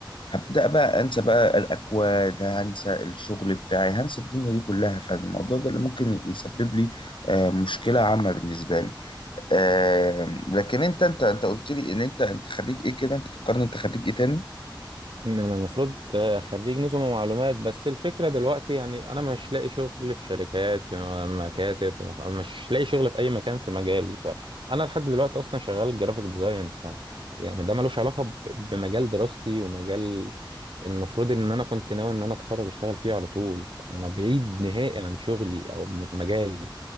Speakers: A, on the left; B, on the right.
A: هبدا بقى انسى بقى الاكواد هنسى الشغل بتاعي هنسى الدنيا دي كلها فالموضوع ده اللي ممكن يسبب لي آه، مشكله عامه بالنسبه لي آه، لكن انت انت انت قلت لي ان انت انت خريج ايه كده انت فكرني انت خريج ايه تاني
B: ان انا المفروض خريج نظم ومعلومات بس الفكره دلوقتي يعني انا مش لاقي شغل في شركات في مكاتب في مص... مش لاقي شغل في اي مكان في مجالي فانا لحد دلوقتي اصلا شغال جرافيك ديزاين ف يعني ده ملوش علاقه ب... بمجال دراستي ومجال المفروض ان انا كنت ناوي ان انا اتخرج اشتغل فيه على طول فانا بعيد نهائي عن شغلي او م- مجالي